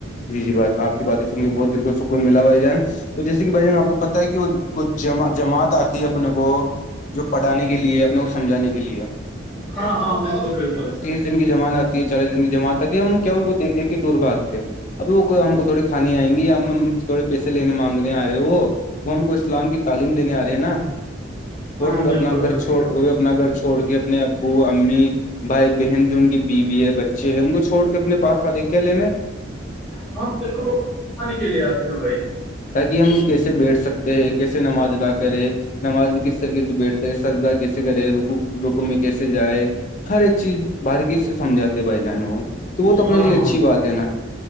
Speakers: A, on the left; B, in the centre.
A: جی جی بات آپ کی باتیں سنے بہت د کو سکون ملا ہواجان تو جیسے کہ بھائی جان آپ کو پتہ ہے کہ وہ ک جع جماعت آتی ہے اپنے کو جو پڑھانے کے لیے اپنے کو سمجھانے کے لیے
B: ہاں ہاں بالکل بالکل
A: تیس دن کی زمانتتی چار جماتا تھی ہم کیا ان کو دیک دھ کے دور بھاتے ابھی وہ ہم کو تھوڑی کھانی آئیں گ یا ہم تھوڑی پیسے لینے مانگنے آ رہے وہ وہ ہم کو اسلام کی تعلیم دینے آ رہے ہیں نا وہ
B: ہاں
A: اپنا
B: بالکل
A: گھر
B: بالکل
A: چھوڑ وہ بھی اپنا گھر چھوڑ کے اپنے ابو امی بھائی بہن جو ان کی بیوی ہے بچے ہیں ان کو چھوڑ کے اپنے پاس سارے کیا لیین
B: ہاں بے کے لیے آتے ہیں بھائی
A: تاکہ ہم کیسے بیٹھ سکتے ہیں کیسے نماز ادا کرے نماز میں کس طریقے سے بیٹھ سردا کیسے کرے رکو روکو میں کیسے جائے ہر ایک چیز باہر کی سمجھاتے بھائی جان وہ تو وہ تو اپنے
B: ہاں
A: لیے
B: ہاں
A: اچھی بات ہے نا